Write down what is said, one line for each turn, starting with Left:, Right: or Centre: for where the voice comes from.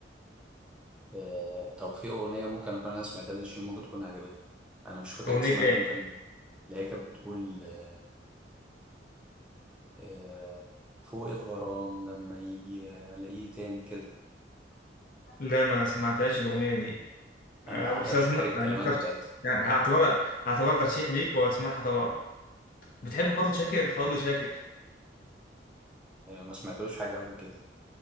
Centre: آه طب في اغنيه ممكن اكون انا سمعتها لشيرين ممكن تكون عجبتني انا مش فاكر
Left: أغنية
Centre: اسمها
Left: إيه؟
Centre: ممكن اللي هي كانت بتقول آه آه، فوق الغرام لما يجي الاقيه تاني كده
Left: لا ما سمعتهاش الأغنية دي آه،
Centre: انا حتى
Left: بس
Centre: مش
Left: أسمعها
Centre: فاكر الكلمات
Left: يعني ترشيح
Centre: بتاعتها
Left: يعني أعتبرها أعتبرها ترشيح ليك وأسمعها طبعا بتحب فضل شاكر فضل شاكر
Centre: آه ما سمعتلوش حاجه قبل كده